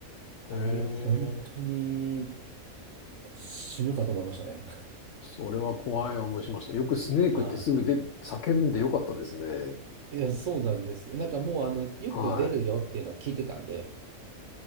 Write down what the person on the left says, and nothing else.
ええ、
それは怖い思いしました。よくスネークってすぐで、
叫んでよかったですね。
はい。